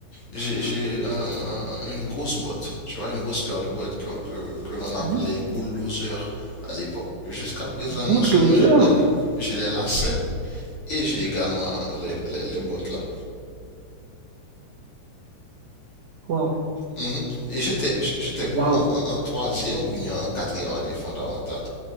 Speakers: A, on the left; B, on the right.
A: j'ai, j'ai un- un- un- une grosse botte, tu vois, une grosse paire de bottes que, que, que l'on appelait
B: Mhm.
A: bulldozer à l'époque. Jusqu'à présent,
B: Bulldozer.
A: non seulement j'ai hein, j'ai les lacets et j'ai également les, les, les bottes là.
B: Waouh,
A: Mhm. Et j'étais, j'étais quoi,
B: waouh.
A: en, en- en troisième ou bien en quatrième année fondamentale.